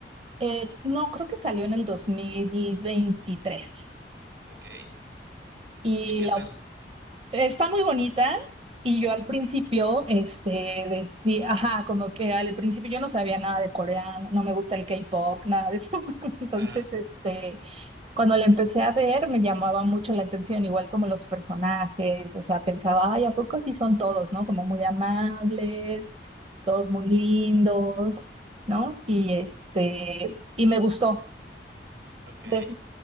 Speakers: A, on the right (about 35°); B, on the right (about 90°).
A: Eh, no, creo que salió en el dos mil veintitrés
B: Ok,
A: y
B: ¿y qué
A: la,
B: tal?
A: está muy bonita. Y yo al principio, este, decía, ajá, como que al principio yo no sabía nada de coreano, no me gusta el K-pop, nada de eso. <laughs> Entonces,
B: Ajá,
A: este, Cuando la empecé a ver, me llamaba mucho la atención, igual como los personajes, o sea, pensaba, ay, ¿a poco sí son todos, no? Como muy amables, todos muy lindos, ¿no? Y este, y me gustó.
B: ok.
A: Entonces,